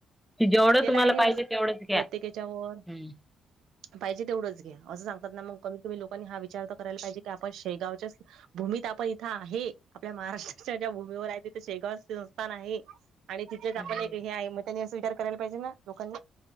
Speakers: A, in the centre; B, on the right (about 75°).
A: जेवढं
B: केला
A: तुम्हाला
B: आहे
A: पाहिजे
B: असं
A: तेवढंच घ्या
B: प्रत्येकाच्या वर
A: हम्.
B: पाहिजे तेवढंच घ्या असं सांगतात. ना मग कमीत कमी लोकांनी हा विचार तर करायला पाहिजे की आपण शेगावच्याच भूमीत आपण इथं आहे, आपल्या महाराष्ट्राच्या ज्या भूमीवर आहे तिथे शेगाव देवस्थान आहे. आणि तिथेच
A: नाही
B: आपण एक हे आहे मत नि विचार करायला पाहिजे. ना लोकांनी